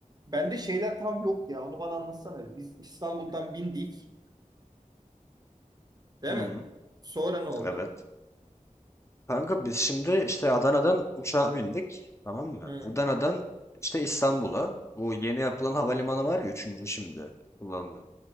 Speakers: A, on the right; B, on the left.
A: bende şeyler tam yok ya. Onu bana anlatsana. Biz İstanbul'dan bindik. Değil
B: Hı,
A: mi? Sonra ne oldu?
B: evet. Kanka biz şimdi işte Adana'dan uçağa bindik. Tamam mı?
A: Hı.
B: Adana'dan işte İstanbul'a. Bu yeni yapılan havalimanı var ya üçüncü şimdi kullanılan.